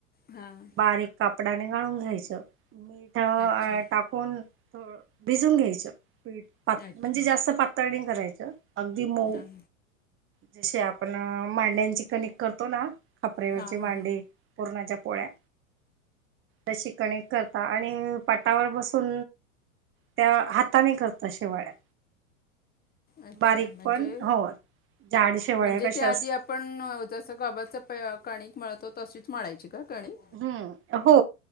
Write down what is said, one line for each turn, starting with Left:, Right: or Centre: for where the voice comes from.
Left: हां
Right: बारीक कापडाने गाळून घ्यायचं. मीठ अ
Left: अच्छा
Right: टाकून भिजून घ्यायचं पीठ. म्हणजे
Left: अच्छा
Right: जास्त पातळ नाही करायचं अगदी मऊ
Left: हां
Right: जसे आपण मांड्यांची कनिक करतो ना. खापरेवरचे
Left: हां
Right: मांडे
Left: हां
Right: पुरणाच्या पोळ्या, तशी कणिक करता आणि पाटावर बसून त्या हाताने करता शेवाळ्या,
Left: अच्छा
Right: बारीक
Left: म्हणजे
Right: पण, हो. जाड शेवळ्या
Left: म्हणजे
Right: कशा
Left: त्या
Right: अस
Left: आधी आ पण जसं गव्हाच प कणिक मळतो, तशीच मळायची का कणिक?
Right: हूम्म हो.